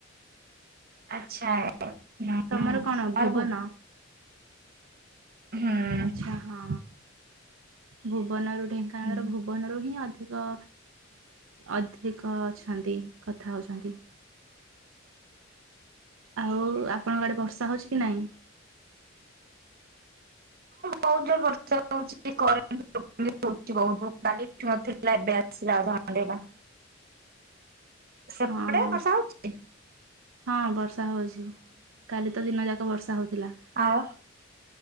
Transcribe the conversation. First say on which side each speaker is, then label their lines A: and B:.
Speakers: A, on the right; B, on the right.
A: ଆଚ୍ଛା। ହୁଁ ଆମର
B: ତମର କଣ ଭୁବନ।
A: ହୁଁ।
B: ଆଛା ହଁ ଭୁବନରୁ ଢେଙ୍କାନାଳର
A: ହଁ
B: ଭୁବନରୁ ହିଁ ଅଧିକ ଅଧିକ ଅଛନ୍ତି କଥା ହୋଉଛନ୍ତି। ଆଉ ଆପଣଙ୍କ ଆଡ଼େ ବର୍ଷା ହୋଉଚି କି ନାହିଁ।
A: ବୋହୁତ ବର୍ଷା ଉଚି କରେଣ୍ଟ <unintelligible> କାଲିନଥିଲା ଏବେ ଆସିଲା ଘଣ୍ଟଟେ ହେଲା। ସେପଟେ
B: ହଁ
A: ବର୍ଷା ହୋଉଚି
B: ହଁ ବର୍ଷା ହୋଉଚି କାଲି ତ ଦିନଯାକ ବର୍ଷା ହୋଉଥିଲା।
A: ଆଉ